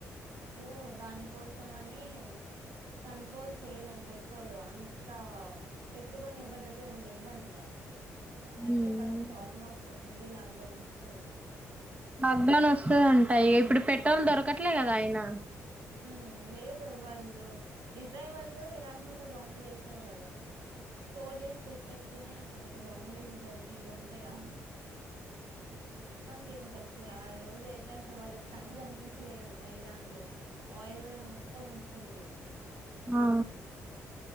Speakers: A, on the right (about 85°); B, on the right (about 20°).
A: సో దాని కోసం అని కంట్రోల్ చేయలేం పెట్రోల్ అంతా పెట్టుకోని ఎవ్వర్ దగ్గర లేవు అంట
B: అవునవును
A: పడ్తే పడొచ్చు ఆల్మోస్ట్ మళ్ళీ లాక్ డౌన్ వస్తది
B: లొక్డౌన్ వస్తదంట ఇగ ఇప్పుడు పెట్రోల్ దొరకట్లే కదా ఆయన
A: మ్మ్ లేదు వాళ్ళు ఇజ్రాయల్ వాళ్ళు ఇరాన్ మీద బాంబులు వేశారు కదా స్టోర్ చేసుకొని పెట్టుకునే అంత పెద్ద బాంబు ఏసేసరికి ఇక ఉంటాయా మొత్తం కేమి కలిసి ఆ రోజు అయితే అసలు వాళ్ళకి సన్ కనిపించలేదంట ఇరాన్ లో ఆయిల్ రన్ మొత్తం వచ్చింది
B: ఆ